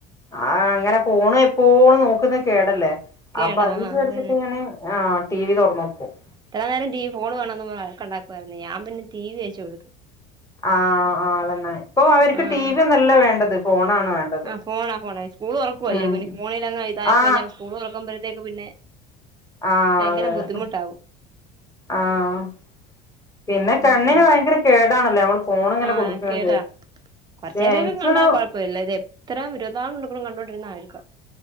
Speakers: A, on the left; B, on the right.
A: ആഹ് അങ്ങനെ ഫോൺ എപ്പോഴും നോക്കുന്നത് കേടല്ലേ.
B: കേടാ
A: അപ്പൊ അത്
B: ആഹ്
A: വിചാരിച്ചിട്ട്
B: അതന്നെ
A: ഞാന് ടി വി തൊറന്നൊട്ക്കും.
B: ഇത്ര നേരം ടി വി ഫോണ് വാണന്ന് വഴക്കുണ്ടാക്കായിരുന്നു ഞാൻ പിന്നെ ടി വി വെച് കൊടുത്തു.
A: ആഹ് ആഹ് അതന്നെ ഇപ്പൊ അവർക്ക്
B: ആഹ്
A: ടി വി ഒന്നല്ല വേണ്ടത് ഫോണാണ് വേണ്ടത്.
B: ആഹ് ഫോണാ ഫോണ സ്കൂള് തൊറക്കോല്ലേ
A: ഉം
B: ഇനി ഫോണിൽങ്ങ ഇതായപ്പോയി
A: ആ
B: സ്കൂൾ തൊറക്കുമ്പഴത്തേക്ക് പിന്നെ.
A: ആഹ്
B: ഭയങ്കര
A: അതെ അതെ.
B: ബുദ്ധിമുട്ടാവും
A: ആഹ് പിന്നെ
B: ആഹ്
A: കണ്ണിന് ഭയങ്കര കേടാണല്ലേ നമ്മള്. ഫോൺ ഇങ്ങനെ
B: ആഹ്
A: കൊടുക്കുന്നത്
B: കേട
A: പക്ഷെ
B: കൊറചേരൊക്കെ
A: എനിക്കൊന്നു
B: കണ്ടാ കൊഴപ്പഇല്ല ഇത് എ ഇത്ര ഇരുവത്ത്നാല മണിക്കുറും കണ്ടോണ്ടിരുന്നയിരിക്കും.